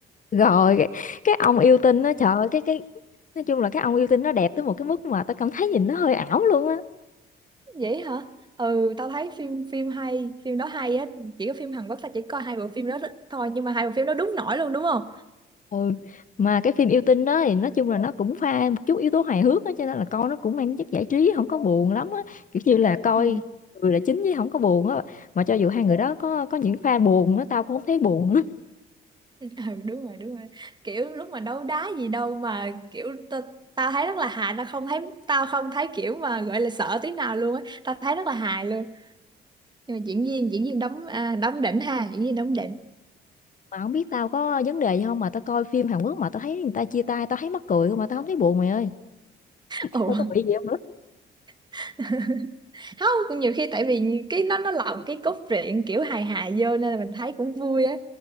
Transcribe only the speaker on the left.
rồi cái, cái ông yêu tinh nó trời ơi cái cái nói chung là cái ông yêu tinh nó đẹp tới một cái mức mà tao cảm thấy nhìn nó hơi ảo luôn á
ừ mà cái phim yêu tinh đó thì nói chung là nó cũng pha một chút yếu tố hài hước á cho nên là coi nó cũng mang chất giải trí không có buồn lắm á kiểu như là coi
người là chính chứ không có buồn á mà cho dù hai người đó có có những pha buồn á tao cũng không thấy buồn á
mà không biết tao có vấn đề gì không mà tao coi phim Hàn Quốc mà tao thấy người ta chia tay tao thấy mắc cười không mà tao không thấy buồn mày ơi
tao có bị gì không nữa